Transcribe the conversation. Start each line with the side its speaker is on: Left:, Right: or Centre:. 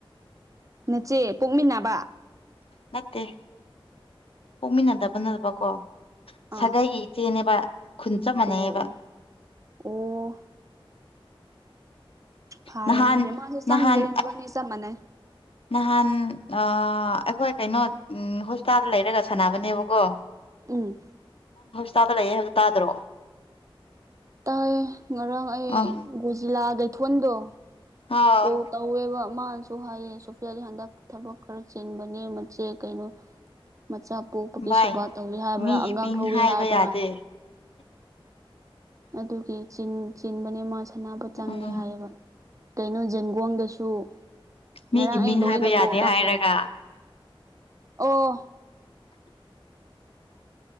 Right: ꯅꯆꯦ ꯄꯣꯛꯃꯤꯟꯅꯕ
Left: ꯅꯠꯇꯦ ꯄꯣꯛꯃꯤꯟꯅꯗꯕ ꯅꯅꯕꯀꯣ ꯁꯥꯒꯩꯒꯤ
Right: ꯑꯥ
Left: ꯏꯆꯦꯅꯦꯕ ꯈꯨꯟ ꯆꯞ ꯃꯥꯟꯅꯩꯕ
Right: ꯑꯣ ꯑꯣ ꯑꯣ ꯐꯥꯔꯦꯅꯦ
Left: ꯅꯍꯥꯟ
Right: ꯑꯗꯨꯗꯤ ꯃꯥꯁꯨ ꯆꯪꯗ꯭ꯔꯦ
Left: ꯅꯍꯥꯟ
Right: ꯅꯕꯥꯅꯤ ꯆꯞ ꯃꯥꯟꯅꯩ
Left: ꯅꯍꯥꯟ ꯑ ꯑꯩꯈꯣꯏ ꯀꯩꯅꯣ ꯎ ꯍꯣꯁꯄꯤꯇꯥꯜꯗ ꯂꯩꯔꯒ ꯁꯥꯟꯅꯕꯅꯦꯕꯀꯣ
Right: ꯇꯨꯡ
Left: ꯇꯥꯗ ꯂꯩꯛꯑꯦ ꯍꯧꯖꯤꯛ ꯇꯥꯗ꯭ꯔꯣ
Right: ꯇꯥꯏ ꯉꯔꯥꯡ ꯑꯩ
Left: ꯑꯥ
Right: ꯒꯣꯖꯤꯂꯥꯗꯩꯊꯣꯟꯗꯣ
Left: ꯑꯥ
Right: ꯀꯣ ꯀꯧꯕ ꯃꯥꯅꯁꯨ ꯍꯥꯏꯌꯦ ꯁꯣꯐꯤꯌꯥꯗꯤ ꯍꯟꯗꯛ ꯊꯕꯛ ꯈꯔ ꯆꯤꯟꯕꯅꯦ ꯃꯦ ꯀꯩꯅꯣ ꯃꯆꯥ ꯄꯣꯛꯄꯒꯤ
Left: ꯚꯥꯏ
Right: ꯁꯦꯕꯥ ꯇꯧꯋꯤ ꯍꯥꯏꯕ꯭ꯔꯥ
Left: ꯃꯤꯒꯤ
Right: ꯑꯉꯥꯡ
Left: ꯃꯤꯡ
Right: ꯂꯧꯏꯤ
Left: ꯍꯥꯏꯕ
Right: ꯍꯥꯏꯕ꯭ꯔꯥ
Left: ꯌꯥꯗꯦ
Right: ꯑꯗꯨꯒꯤ ꯆꯤꯟꯕꯅꯦ ꯃꯥ ꯁꯅꯥꯕꯨ ꯆꯪꯗꯦ
Left: ꯎꯝ
Right: ꯍꯥꯏꯌꯦꯕ ꯀꯩꯅꯣ ꯖꯦꯟꯒꯣꯡꯗꯁꯨ ꯉꯔꯥꯡ
Left: ꯃꯤꯒꯤ
Right: ꯑꯩ
Left: ꯃꯤꯡ
Right: ꯂꯣꯏꯅ
Left: ꯍꯥꯏꯕ ꯌꯥꯗꯦ
Right: ꯀꯣꯜ ꯇꯧꯋꯦ
Left: ꯍꯥꯏꯔꯒ
Right: ꯑꯣ